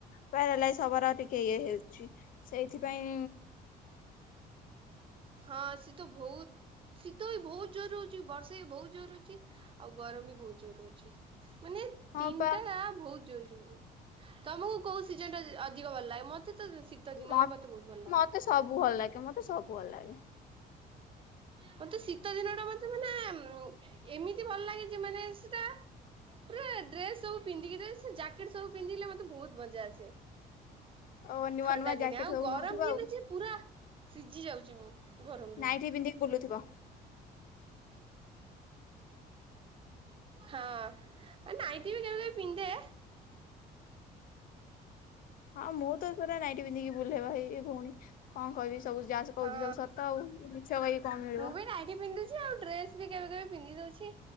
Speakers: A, on the left (about 55°); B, on the right (about 30°).
A: ପ୍ୟାରଲାଇ ହବାର ଆଉ ଟିକେ ଇଏ ହେଉଛି। ସେଇଥିପାଇଁ
B: ହଁ ଶୀତ ବହୁତ ଶୀତ ବି ବହୁତ ଜୋର ହଉଛି। ବର୍ଷା ବି ବହୁତ ଜୋର ହଉଛି। ଆଉ ଗରମ ବି ବହୁତ ଜୋର ହଉଛି। ମାନେ
A: ହଁ
B: ତିନିଟା
A: ପା
B: ବହୁତ ଜରୁରୀ। ତମକୁ କୋଉ ସିଜନ ଟା ଅଧିକ ଭଲ ଲାଗେ ମତେ ତ ଶୀତ ଦିନ
A: ମ
B: ହିଁ ମତେ ବହୁତ ଭଲ ଲାଗେ।
A: ମତେ ସବୁ ଭଲ ଲାଗେ ମତେ ସବୁ ହୁଲେ <inaudible>
B: ମତେ ଶୀତ ଦିନ ଟା ମତେ ମାନେ ଏମିତି ଭଲ ଲାଗେ ଯେ ମାନ ସେଟା ପୁରା ଡ୍ରେସ ସବୁ ପିନ୍ଧିକି ଜକେଟ ସବୁ ପିନ୍ଧେ ମତେ ବହୁତ ମଜା ଆସେ।
A: ଓ ନୂଆ
B: ଥଣ୍ଡା
A: ନୂଆ
B: ଦିନେ
A: ଜ୍ୟାକେଟ
B: ଆଉ
A: ସବୁ
B: ଗରମ
A: ନଉଥିବ
B: ଦିନ
A: ଆଉ।
B: ଯେ ପୁରା ସିଝି ଯାଉଛି ମୁଁ। ଗରମ ରହୁ
A: ହେଠୀ ପନ୍ଧି ବୁଲୁଥିବ।
B: ହଁ ନାଇଟି ବି କେବେ ପିନ୍ଧେ।
A: ହଁ ମୁଁ ତ ପୁରା ନାଇଠି ପିନ୍ଧିକି ଭୁଲେ ହେଇ ଭାଇ ଭଉଣୀ କଣ କହିବି ସବୁ ଯାସ କହୁଛି
B: ହଁ
A: ସବୁ ସତ। ଆଉ ମିଛ କହିକି କଣ ମିଳିବ?
B: ମୁଁ ବି ନାଇଟି ପିନ୍ଧୁଛି ଆଉ ଡ୍ରେସ ବି କେବେ କେବେ ପିନ୍ଧି ଦଉଛି।